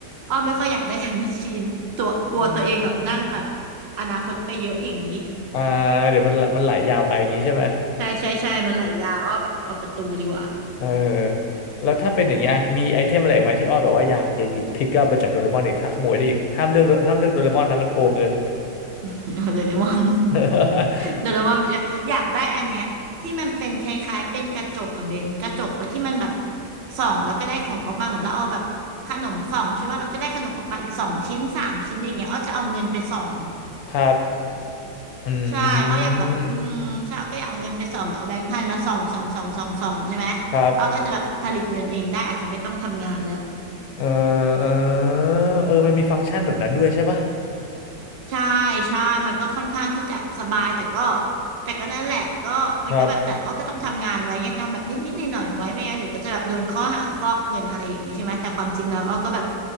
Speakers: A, on the right (about 50°); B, on the left (about 65°).
A: อ้อไม่ค่อยอยากได้ทำแมชชีนตัวกลัวตัวเองแบบนั่งแบบ
B: อืม
A: อนาคตไปเยอะอย่างนี้
B: อ่าเดี๋ยวมันมันไหลยาวไปอย่างนี้ใช่ไหม
A: ใช่ใช่ใช่มันไหลยาวอ้อแบบเอาประตูดีกว่า
B: เออแล้วถ้าเป็นอย่างเงี้ยมีไอเทมอะไรอีกไหมที่อ้อยแบบว่าอยากจะหยิบพิกอัพมาจากโดเรมอนอีกถ้าขโมยได้อีกห้ามเลือกห้ามเลือกโดเรมอนนะมันโกงเงิน
A: <laughs> เอาโดเรมอน
B: <laughs>
A: เดี๋ยวเรามาอยากได้อันเนี้ยที่มันเป็นคล้ายๆเป็นกระจกกับเบนกระจกแล้วที่มันแบบส่องแล้วก็ได้ของออกมาเหมือนเราเอาแบบขนมส่องใช่ป่ะเราก็ได้ขนมออกมาอีกสองชิ้นสามชิ้นอย่างเงี้ยอ้อจะเอาเงินไปส่อง
B: ครับอื
A: ใช่อ้ออยากแบบอืมใช่อ้อก็อยากเอาเงินไปส่องแบบเอาแบงค์พันมาส่องส่องส่องส่องส่องใช่ไหม
B: มครับ
A: อ้อก็จะแบบผลิตเงินเองได้อาจจะไม่ต้องทำงานแล้ว
B: เออเออเออมันมีฟังก์ชันแบบนั้นด้วยใช่ปะ
A: ใช่ใช่ มันก็ค่อนข้างที่จะสบายแต่ก็แต่ก็นั่นแหละก็มันก็แบบแต่อ้อก็ต้องทำงานไว้ไงทำแบบนิดนิดหน่อยหน่อยๆไว้ไม่งั้นเดี๋ยวก็จะแบบโดนข้อหาฟอกเงินอะไรอย่างนี้ใช่ไหมแต่ความจริงแล้วอ้อก็แบบ
B: ครับ